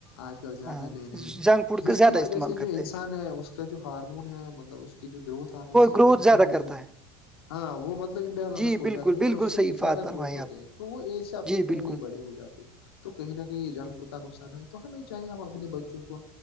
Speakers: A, on the left; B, in the centre.
A: آج کل زیادہ
B: ہاں
A: لے رہے ہیں
B: جنک فوڈ
A: جس
B: کا زیادہ
A: کی وجہ
B: استعمال
A: سے جو
B: کرتے
A: انسان
B: ہیں
A: ہے اس کا جو ہارمون ہے مطلب اس جو گروتھ آر
B: گروتھ
A: وہ
B: زیادہ
A: <unintelligible>
B: کرتا ہے
A: ہاں وہ مطلب امبیلنس
B: جی
A: ہو
B: بالکل
A: جاتے ہیں اور
B: بالکل
A: اس سے
B: صحیح
A: وہ زیادہ
B: بات فرمائی
A: گروتھ ہوتے
B: آپ نے
A: ہیں تو وہ ایج سے اپنے
B: جی
A: پہلے
B: بالکل
A: ہی بڑے ہو جاتے تو کہیں نہ کہیں جنک
B: جی
A: فوڈ کا نقصان ہے تو ہمیں چاہے ہم اپنے بچوں کو